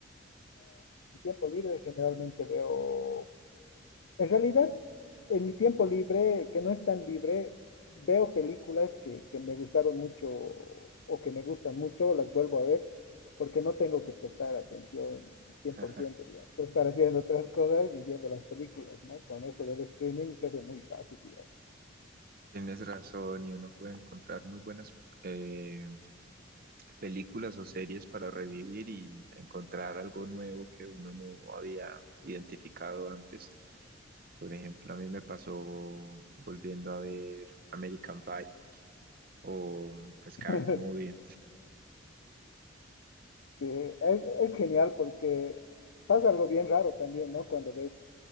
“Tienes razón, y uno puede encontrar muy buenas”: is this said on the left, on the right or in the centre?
Right